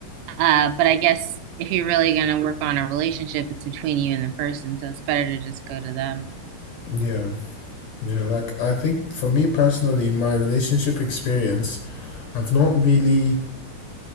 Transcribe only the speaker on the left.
Yeah, yeah, like I think for me personally, in my relationship experience, I've not really,